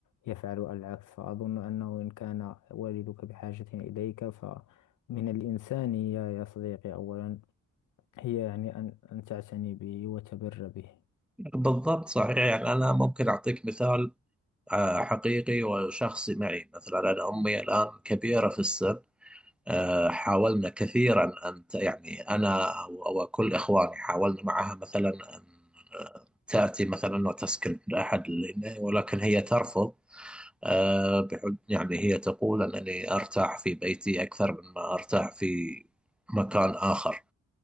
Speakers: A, on the left (about 80°); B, in the centre.
A: يفعل العكس فأظن أنه إن كان والدك بحاجة إليك فمن الإنسانية يا صديقي أولا هي يعني أن أن تعتني به وتبر به
B: بالضبط صحيح يعني أنا ممكن أعطيك مثال آه، حقيقي وشخصي معي مثلا أنا أمي الآن كبيرة في السن آه، حاولنا كثيرا أن ت- يعني أنا أو أو كل إخواني حاولنا معها مثلا أن آه، تأتي مثلا وتسكن عند أحد لنا، ولكن هي ترفض آه، بحج يعني هي تقول أنني أرتاح في بيتي أكثر مما أرتاح في مكان آخر